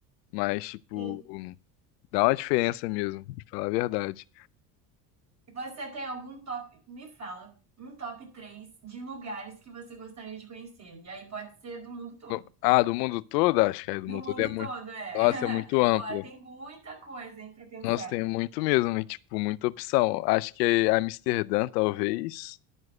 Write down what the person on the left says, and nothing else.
Mas, tipo,
dá uma diferença mesmo, pra falar a verdade.
No- Ah, do mundo todo? Acho que é do
mundo
todo é muito.
Nossa,
é muito amplo.
Nossa, tem muito mesmo, e, tipo, muita opção. Acho que é Amsterdã, talvez.